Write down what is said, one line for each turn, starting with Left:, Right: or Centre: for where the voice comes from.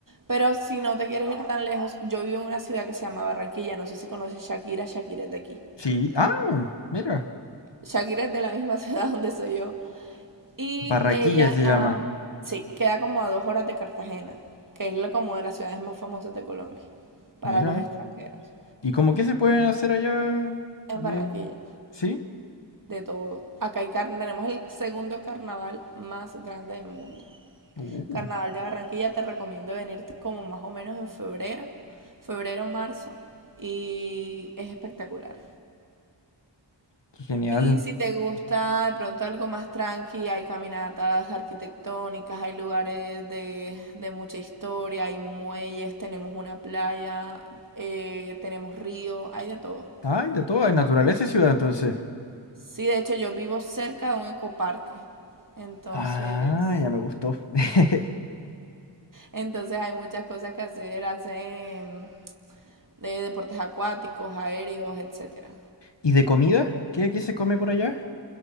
Right: Pero si no te quieres ir tan lejos, yo vivo en una ciudad que se llama Barranquilla. No sé si conoces Shakira. Shakira es de aquí.
Left: Sí. Ah, mira.
Right: Shakira es de la misma <laughs> ciudad donde soy yo. Y
Left: Barraquilla
Right: ella,
Left: se
Right: ah,
Left: llama.
Right: sí, queda como a dos horas de Cartagena, que es la- como de las ciudades más famosas de Colombia, para
Left: Mira.
Right: los extranjeros,
Left: ¿Y cómo qué se pueden hacer allá?
Right: en Barranquilla.
Left: Eh, ¿Sí?
Right: de todo. Acá hay car- tenemos el segundo carnaval más grande del mundo.
Left: Uh,
Right: Carnaval de Barranquilla, te recomiendo venir como más o menos en febrero, febrero, marzo, y es espectacular.
Left: qué genial.
Right: Y si te gusta de pronto algo más tranqui, hay caminatas arquitectónicas, hay lugares de, de mucha historia, hay muelles, tenemos una playa, eh, tenemos río, hay de todo,
Left: Ay, de todo,
Right: de
Left: hay
Right: todo.
Left: naturaleza y ciudad entonces.
Right: Sí, de hecho yo vivo cerca de un ecoparque, entonces,
Left: Ah, ya me gustó. <laughs>
Right: entonces hay muchas cosas que hacer, hacen de deportes acuáticos, aéreos, etcétera.
Left: ¿Y de comida? ¿Qué, qué se come por allá?